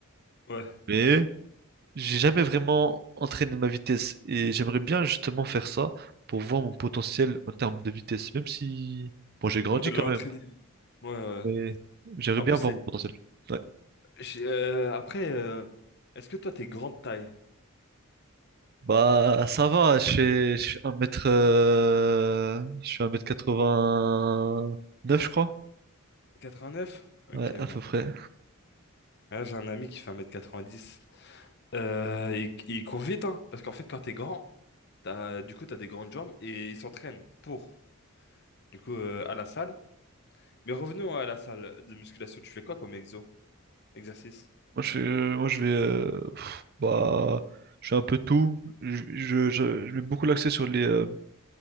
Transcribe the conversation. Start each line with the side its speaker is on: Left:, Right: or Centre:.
Left: ouais.
Right: Mais J'ai jamais vraiment entraîné ma vitesse et j'aimerais bien justement faire ça pour voir mon potentiel en termes de vitesse, même si, bon, j'ai grandi
Left: Ouais, de l'entraîner.
Right: quand même,
Left: Ouais, ouais.
Right: mais
Left: ouais.
Right: j'aimerais
Left: En
Right: bien
Left: plus, c'est.
Right: voir mon potentiel. Ouais.
Left: j'ai- euh, après, euh, est-ce que toi, t'es grande taille?
Right: Bah, ça va, je fais, je fais 1m, euh, je fais un mètre quatre-vingt-neuf je crois.
Left: 89? Ok,
Right: Ouais,
Left: ouais.
Right: à peu près.
Left: Là, j'ai un ami qui fait 1m90. Euh, il, il court vite, hein, parce qu'en fait, quand t'es grand, t'as, du coup, t'as des grandes jambes et il s'entraîne pour. Du coup, euh, à la salle, Mais revenons à la salle de musculation. Tu fais quoi comme exo? Exercice?
Right: Moi, je, fais- moi, je vais, euh, pff, bah, je fais un peu tout. Je, je, je- je mets beaucoup l'accent sur les, euh,